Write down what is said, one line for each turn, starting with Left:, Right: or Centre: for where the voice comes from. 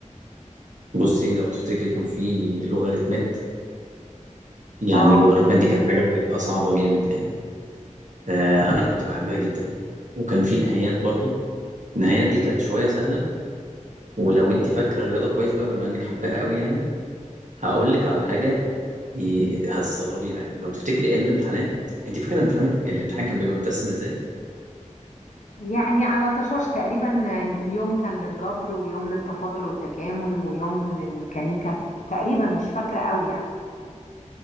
Right: بصي لو تفتكري كان في لوغاريتمات يعني
Left: اه
Right: اللوغاريتمات دي كانت حاجة بتبقى صعبة جامد يعني آه، أنا كنت بحبها جدا وكان في نهايات برضو النهايات دي كانت شوية سهلة ولو أنت فاكرة الرياضة كويس بقى بما إنك حباها قوي يعني هقول لك على حاجة ي- هتستغربيها يعني لو تفتكري أيام الامتحانات أنت فاكرة الامتحان الامتحان كان بيبقى متقسم إزاي؟
Left: يعني على طشاش تقريبا يوم كان للجبر ويوم للتفاضل والتكامل ويوم للميكانيكا تقريبا مش فاكرة قوي يعني